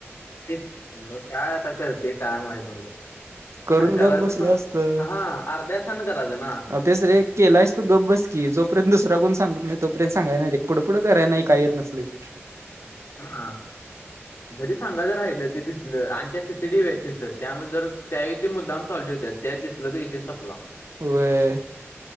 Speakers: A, on the left; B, on the right.
A: हेच म काय आता करते काय माहित म्हणलं?
B: करून
A: अरे, करायचं
B: गप बसलं
A: पण,
B: असतं
A: हा अर्ध्या तासाने करायचं ना
B: अ, तेच रे केलास त गप बस की, जोपर्यंत दुसरा कोण सांगत नाही, तोपर्यंत सांगायच नाही, पुढं, पुढं कराय नाही काही येत नसल की
A: हा जरी सांगायच राहिलं, ते दिसलं आणि त्या सीसीटीव्ही आहेत तिथं, त्यामुळे जर त्यावेळी ते मुद्दाम थॉल्ट होत्यात त्यात दिसल त विषय संपला.
B: व्हय